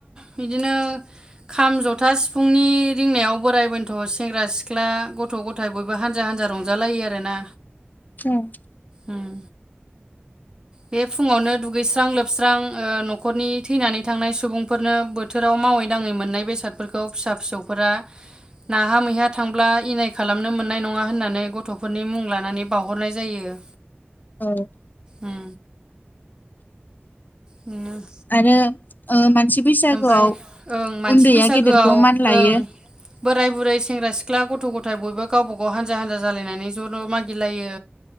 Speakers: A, on the right (about 20°); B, on the left (about 50°).
A: बिदिनो खाम, जथा, सिफुंनि रिंनायाव बोराइ बेन्थ' सेंग्रा सिख्ला गथ' गथाय बयबो हानजा हान्जा रंजालायो आरोना।
B: उम
A: उम बे फुङावनो दुगैस्रां लोबस्रां न'खरनि थैनानै थांनाय सुबुंफोरनो बे फु बे बे फुंआवनो दुगैस्रां लोबस्रां ओ न'खरनि थैनानै थांनाय सुबुंफोरनो बोथोराव मावै दाङै मोननाय बेसादफोरखौ फिसा फिसौफोरा नाहा मैहा थांब्ला इनाय खालामनो मोननाय नङा होननानै गथ'फोरनि मुं लानानै बावहरनाय जायो
B: औ
A: उम उम
B: आरो ओ मानसि बैसागोआव
A: ओमफाय ओं मानसि
B: उन्दैया
A: बैसागोआव
B: गेदेरखौ मान लायो।
A: ओं बोराय बुरै सेंग्रा सिख्ला गथ' गथाय बयबो गावबा गाव हानजा हानजा जालायनानै ज' ज' मागिलायो